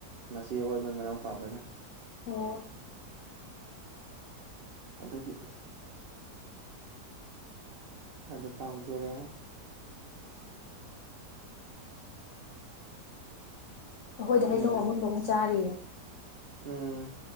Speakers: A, on the right; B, on the left.
A: ꯃꯁꯤ ꯍꯣꯏ ꯃꯣꯏ ꯃꯅꯥꯎꯄꯥ ꯍꯣꯏꯅ
B: ꯑꯣ
A: ꯑꯗꯨꯒꯤ ꯑꯗ ꯇꯥꯡꯗꯣꯔꯦ
B: ꯍꯣꯏꯗꯤ
A: ꯍꯣꯏꯅꯦ
B: ꯍꯩꯅꯧ
A: ꯍꯟꯗꯛꯇꯤ
B: ꯑꯃꯨ ꯅꯣꯡꯨꯛ ꯆꯥꯔꯤꯌꯦ
A: ꯎꯝ